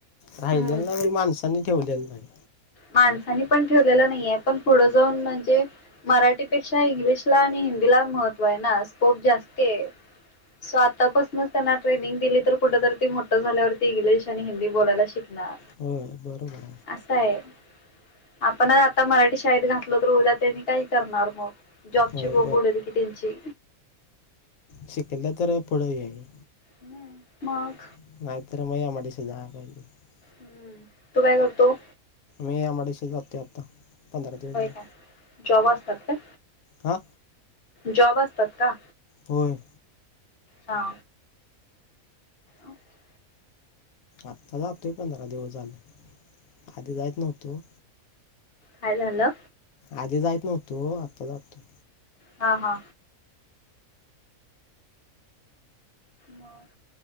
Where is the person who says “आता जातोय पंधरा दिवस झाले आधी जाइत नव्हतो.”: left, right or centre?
Left